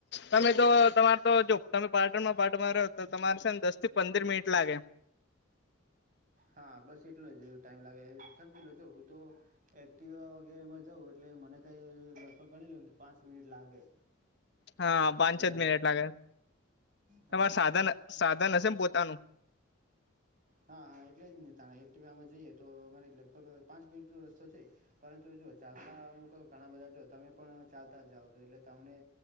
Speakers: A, on the left; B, on the right.
A: તમે તો તમારે તો જો તમે પાર્ટનમાં ને પાર્ટનમાં રહો તો તમારે છે ને દસ થી પંદર મિનિટ લાગે.
B: હા બસ એટલો જ ટાઈમ લાગે સમજી લો જો હું તો એક્ટીવા વગેરેમાં જાવ એટલે મને કંઈ લગભગ ગણી લ્યોને કે પાંચ મિનિટ લાગે.
A: હા પાંચ
B: જે
A: જ મિનિટ લાગે.
B: હા
A: તમારે
B: બસ
A: સાધન સાધન હશે ને પોતાનું?
B: હા હા એટલે જ ને. તાને એક્ટિવમાં જઈએ તો અમારે લગભગ પાંચ મિનિટનો રસ્તો છે. પરંતુ જુઓ ચાલતા અમુક ઘણા બધા જો તમે પણ ચાલતા જ જાઓ છો એટલે તમને